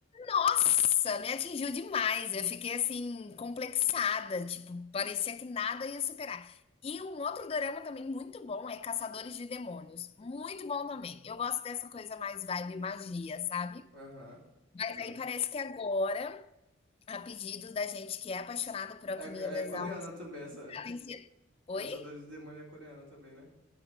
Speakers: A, on the left; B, on the right.
A: Nossa, me atingiu demais. Eu fiquei assim, complexada. Tipo, parecia que nada ia superar. E um outro dorama também muito bom é Caçadores de Demônios. Muito bom também. Eu gosto dessa coisa mais vibe magia, sabe?
B: Aham.
A: Mas
B: Eu-
A: aí parece que agora, a pedido da gente que é apaixonado por Alquimia
B: É,
A: das
B: é coreana
A: Almas,
B: também essa.
A: tá tem Oi?
B: Caçadores de Demônio é coreana também, né?